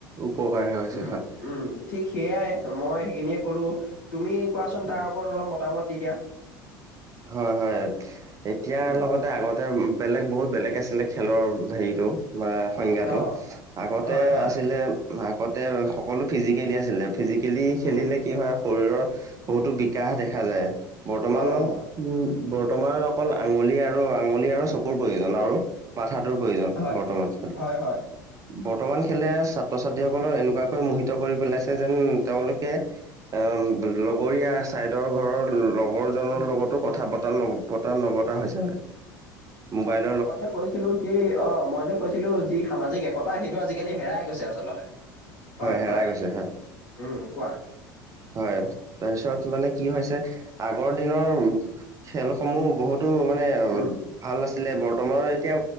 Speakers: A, on the right (about 30°); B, on the left (about 65°).
A: উপকাৰহে হৈছে
B: উম,
A: হয়।
B: উম, ঠিক সেইয়াই মই সেইখিনিয়ে কলো তুমি কোৱাচোন
A: হয়
B: তাৰ ওপৰত অলপ মতামত দি দিয়া।
A: হয় - হয় এতিয়াৰ
B: উম,
A: লগতে আগতে বেলেগ বহুত বেলেগ আছিলে খেলৰ হেৰিতটো ম সংজ্ঞাটো
B: অ',
A: আগতে
B: হয়, হয়,
A: আছিলে আগতে সকলো ফিজিকেলি আছিলে। ফিজিকেলি খেলিলে
B: উম,
A: কি হয় শৰীৰৰ বহুতো বিকাশ দেখা যায় বৰ্তমানত
B: অ', অ',
A: উম বৰ্তমানত অকল আঙুলি আৰু আঙ পলি আৰু চকুৰ প্ৰয়োজন আৰু মাথাটোৰ প্ৰয়োজন
B: হয়,
A: বৰ্তমান খেল
B: হয়, হয়,
A: বৰ্তমান খেলে ছাত্ৰ ছাত্ৰীসকলৰ এনেকুৱাকৈ মোহিত কৰি পেলাইছে যেন তেওলোকে অ, লগৰীয়া ছাইদৰ ঘৰৰ লগৰজনৰ
B: উম।
A: লগতো স বতা ন্বতা ন্বতা হৈছে মানে <unintelligible> মোবাইল
B: মই যে কৈছিলো কি অ, মই যে কৈছিলো যি সামাজিক একতা সেইটো আজিকালি হেৰাই কৈছে আচলতে হয়
A: হেৰাই
B: কোৱা
A: গৈছে হয়
B: উম, কোৱা?
A: হয় তাৰপিছত মানে কি হৈছে আগৰ দিনৰ খেলসমূহ বহুত টো মানে
B: উম,
A: ভাল আছ আছিলে বৰ্তমানৰ এতিয়া